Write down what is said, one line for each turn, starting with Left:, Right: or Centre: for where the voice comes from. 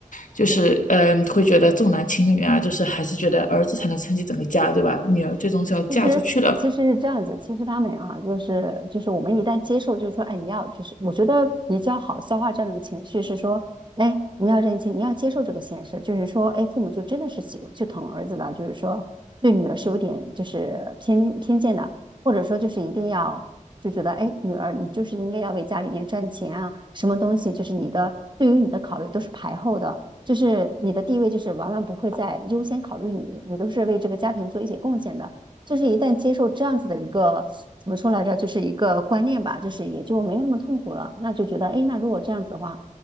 Left: 就是嗯，
Right: 对。
Left: 会觉得重男轻女啊，就是还是觉得儿子才能撑起整个家，对吧？女儿最终是要嫁出去的，
Right: 其实其实是这样子，其实他们啊，就是就是我们一旦接受，就是说，哎，你要就是我觉得比较好消化这样的情绪是说，哎，你要认清，你要接受这个现实，就是说，哎，父母就真的是喜就疼儿子的，就是说对女儿是有点就是偏偏见的，或者说就是一定要就觉得，哎，女儿你就是应该要为家里面赚钱啊，什么东西就是你的对于你的考虑都是排后的。就是你的地位，就是往往不会再优先考虑你，你都是为这个家庭做一些贡献的。就是一旦接受这样子的一个怎么说来着，就是一个观念吧，就是也就没有那么痛苦了。那就觉得，哎，那如果这样子的话，